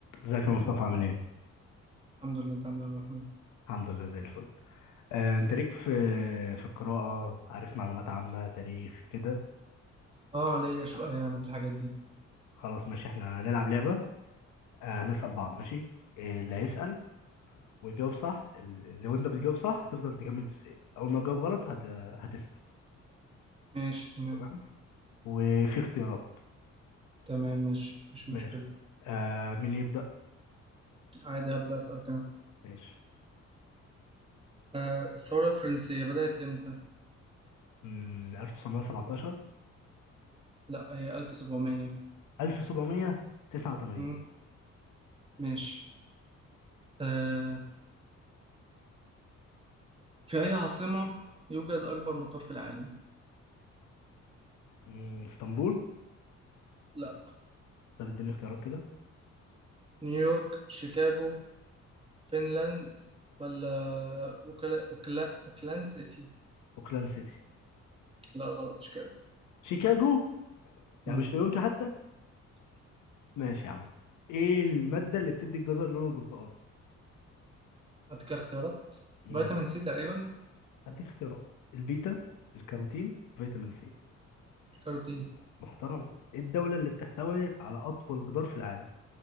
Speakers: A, on the left (about 85°); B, on the right (about 20°).
A: ازيك يا مصطفى عامل ايه؟
B: الحمد لله انت عامل ايه يا عبد الرحمن
A: الحمد لله زي الفل آه، انت ليك في في القراءة عارف معلومات عامة تاريخ كده
B: اه ليا شويه يعني في الحاجات دي
A: خلاص ماشي احنا هنلعب لعبة آه، هنسأل بعض ماشي إيه اللي هيسأل ويجاوب صح ال- لو انت بتجاوب صح هتفضل تكمل تسأل اول ما تجاوب غلط هت... هتسأل
B: ماشي تمام
A: تمام وفي اختيارات
B: تمام ماشي مفيش مشكله
A: ماشي آه مين اللي يبدأ؟
B: عادي هبدا اسالك انا
A: ماشي
B: آه الثوره الفرنسيه بدات امتى
A: مم، 1917
B: لا هي 1700
A: 1789
B: مم. ماشي آه في اي عاصمه يوجد اكبر مطار في العالم
A: مم، اسطنبول
B: لا
A: طب اديني اختيارات كده
B: نيويورك شيكاغو فنلاند ولا وكلا وكلا وكلاند سيتي
A: اوكلاند سيتي
B: لا غلط شيكاغو
A: شيكاغو يعني
B: امم
A: مش نيويورك حتى ماشي يا عم ايه المادة اللي بتدي الجزر لونه البرتقالي؟
B: هات كده اختيارات
A: مم.
B: فيتامين سي تقريبا
A: هديك اختيارات البيتا الكاروتين فيتامين سي
B: كاروتين
A: محترم ايه الدولة اللي بتحتوي على أطول جدار في العالم؟